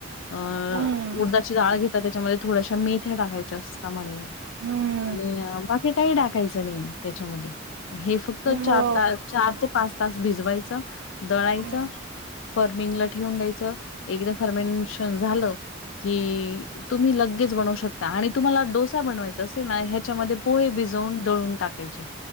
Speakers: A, on the left (about 75°); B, on the right (about 65°).
A: अ..
B: हम्म
A: उडदाची डाळ घेतात त्याच्यामध्ये थोड्याश्या मेथ्या टाकायच्या असतात म्हणे.
B: हम्म
A: आणि बाकी काही टाकायचं नाही त्याच्यामध्ये हे फक्त चार
B: हो
A: त चार ते पाच तास भिजवायचं दळायचं
B: हम्म
A: फर्मिंगला ठेवून द्यायचं एकदा फर्मेनशन झालं कि.. तुम्ही लगेच बनवू शकता आणि तुम्हाला डोसा बनवायचा असेल ना ह्याच्यामध्ये पोहे भिजवून दळून टाकायचे